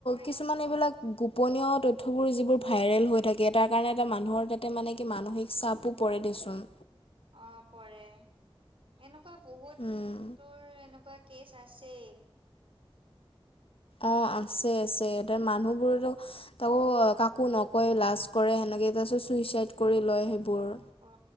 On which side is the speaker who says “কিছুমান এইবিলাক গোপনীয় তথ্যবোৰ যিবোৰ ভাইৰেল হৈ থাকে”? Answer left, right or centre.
Left